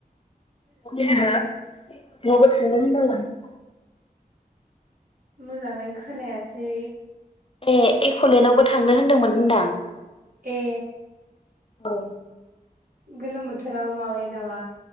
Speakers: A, on the left (about 35°); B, on the right (about 65°).
A: सोरो? एकलेनदआवबो थांनो होनदोंमोन होनदां
B: मोजाङै खोनायाखसै
A: ए एक'लेण्डआवबो थांनो होनदोंमोन होनदां।
B: ए
A: औ
B: गोलोम बोथोराव माबायो नामा